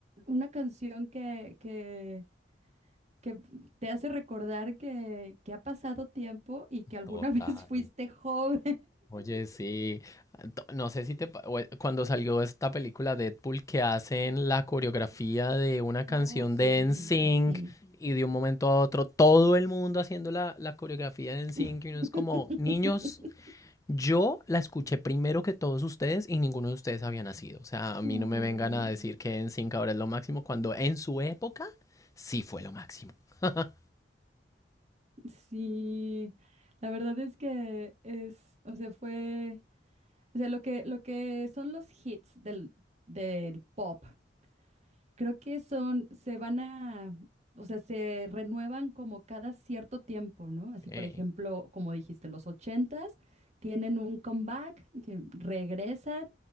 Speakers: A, on the right; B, on the left.
A: una canción que que, que te hace recordar que, que ha pasado tiempo y que alguna
B: total.
A: <laughs> vez fuiste joven.
B: Oye, sí, to- no sé si te... pa- o- eh, Cuando salió esta película Deadpool que hacen la coreografía de una canción
A: Oh, sí,
B: de NSYNC
A: sí, sí.
B: y de un momento a otro todo el mundo haciendo la, la coreografía de NSYNC
A: <laughs>
B: y uno es como, niños, yo la escuché primero que todos ustedes y ninguno de ustedes había nacido. O sea, a mí
A: Oh,
B: no me vengan a decir que NSYNC ahora es lo máximo cuando en su época sí fue lo máximo. <laughs>
A: sí, la verdad es que es, o sea, fue, o sea, lo que, lo que son los hits del, del pop Creo que son, se van a, o sea, se renuevan como cada cierto tiempo, ¿no? Así, por
B: Ey,
A: ejemplo, como dijiste, los ochentas tienen un comeback, que regresan,